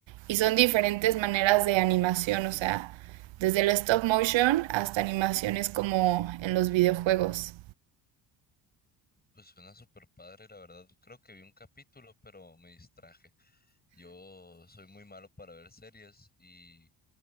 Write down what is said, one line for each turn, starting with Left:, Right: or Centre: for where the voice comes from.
Right: Y son diferentes maneras de animación, o sea, desde el stop motion hasta animaciones como en los videojuegos.
Left: Pues suena súper padre, la verdad. Creo que vi un capítulo, pero me distraje. Yo soy muy malo para ver series y